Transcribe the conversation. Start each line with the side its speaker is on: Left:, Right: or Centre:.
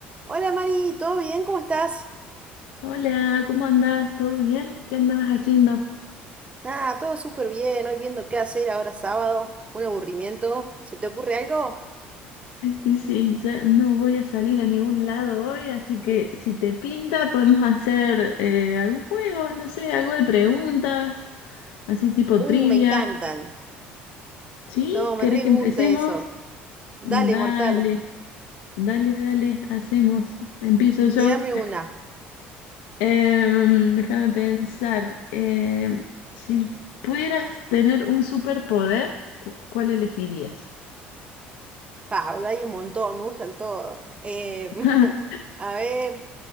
Right: Hola Mari, ¿todo bien? ¿Cómo estás?
Left: Hola, ¿cómo andás? ¿Todo bien? ¿Qué andabas haciendo?
Right: Nada, todo súper bien. Hoy viendo qué hacer ahora sábado. Un aburrimiento. ¿Se te ocurre algo?
Left: Y sí, ya no voy a salir a ningún lado hoy, así que si te pinta podemos hacer eh, algún juego, no sé, algo de preguntas, así tipo
Right: Uh,
Left: trivia.
Right: me encantan.
Left: ¿Sí?
Right: No, me
Left: ¿Querés
Right: re
Left: que
Right: gusta
Left: empecemos?
Right: eso. Dale,
Left: Dale,
Right: mortal,
Left: dale, dale, hacemos. Empiezo yo.
Right: tírame una.
Left: Em, déjame pensar. em, si pudieras tener un superpoder, cu- ¿cuál elegirías?
Right: Pablo, hay un montón, me gustan todos. Eh, <laughs>
Left: <laughs>
Right: a ver.